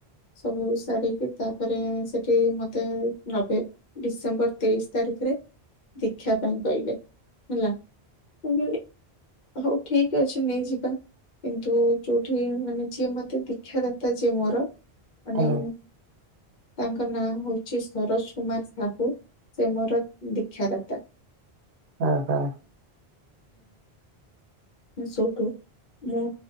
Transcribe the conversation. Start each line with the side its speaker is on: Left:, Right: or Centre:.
Left: ସବୁ ସାରିକି ତାପରେ ସେଠି ମତେ ନଭ ଡିସେମ୍ବର ତେଇଶି ତାରିଖରେ ଦୀକ୍ଷା ପାଇଁ କହିଲେ ହେଲା ମୁଁ କହିଲି ହଉ ଠିକ ଅଛି ନେଇଯିବା। କିନ୍ତୁ ଯୋଉଠି ମାନେ ଯିଏ ମତେ ଦୀକ୍ଷାଦାତା ଯିଏ ମୋର ମାନେ
Right: ଆଜ୍ଞା
Left: ତାଙ୍କ ନାଁ ହଉଛି ସରୋଜ କୁମାର ସାହୁ ସେ ମୋର ଦୀକ୍ଷା ଦାତା। <inaudible>
Right: ଅ ହଁ
Left: ହୁଁ ଶଉଠୁ <unintelligible> ମୁଁ